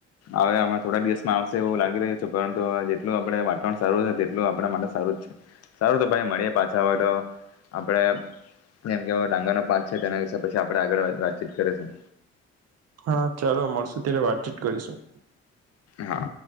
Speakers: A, on the left (about 50°); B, on the right (about 50°).
A: આવે અમે થોડાક દિવસમાં આવશે એવું લાગે લાગી રહ્યું છે પરંતુ અવે જેટલું આપણે વાતાવરણ સારું છે તેટલું આપણા માટે સારું જ છે સારું તો ભાઈ મળીએ પાછા હોય તો આપણે જેમ કે ડાંગરનો પાક છે તેના વિશે પછી આપણે આગળ વાત વાતચીત કરીશું.
B: હા ચાલો મળશુ ત્યારે વાતચીત કરીશું.
A: હા